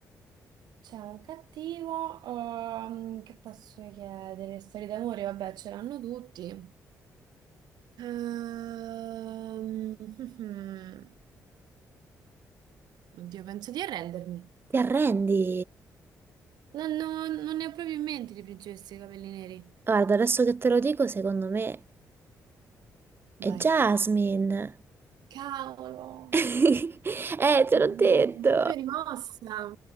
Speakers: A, on the right (about 80°); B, on the right (about 30°).
A: C'è un cattivo, ehm, che posso chiedere? Storie d'amore, vabbè, ce l'hanno tutti. Ehm, <laughs> Oddio, penso di arrendermi.
B: ti arrendi.
A: Non, non- non ne ho proprio in mente di principesse dei capelli neri.
B: Guarda, adesso che te lo dico, secondo me
A: Vai.
B: è Jasmine.
A: Cavolo,
B: <laughs> Eh, te l'ho
A: mi
B: detto.
A: sono proprio rimossa.